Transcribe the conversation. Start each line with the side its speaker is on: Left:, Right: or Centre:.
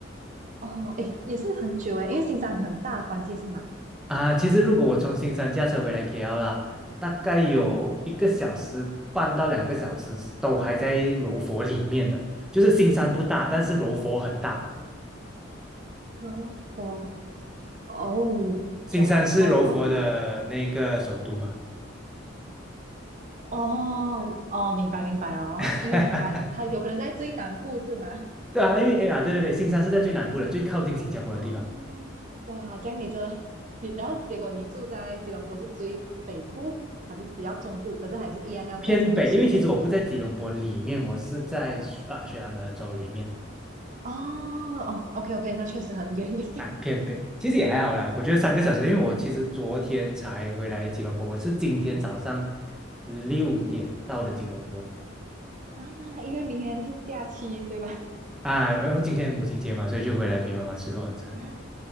Right: 哦，诶，也是很久诶，因为新疆很大的关系是吗？
Centre: 啊。其实如果我从新山驾车回来 KL 啦，大概有一个小时半到两个小时都还在柔佛里面的，就是新山不大，但是柔佛很大。
Right: 啊，柔佛，哦
Centre: 新山是柔佛的那个首都嘛。
Right: j o 哦，哦，哦，明白明白哦，
Centre: <laughs>
Right: 因为你在，还有可能在最南部是吗？
Centre: 对啊，因为哎呀，对对对，新山是在最南部的，最靠近新加坡的地方，
Right: 哦，哇，这样你真的 <laughs> 你，然后结果你住在吉隆坡是最北部，还是比较中部，可是还是一样要这样长的时间。
Centre: 偏北。因为其实我不在吉隆坡里面，我是在啊雪兰莪州里面
Right: 哦哦，OK OK，那确实很远一些
Centre: 啊偏北。其实也还好啦，我觉得三个小时，因为我其实昨天才回来吉隆坡，我是今天早上六点到的吉隆坡
Right: <laughs> 啊，因为明天是假期，对吧？
Centre: 啊，然后今天母亲节嘛，所以就回来陪妈妈吃个晚餐。
Right: 啊，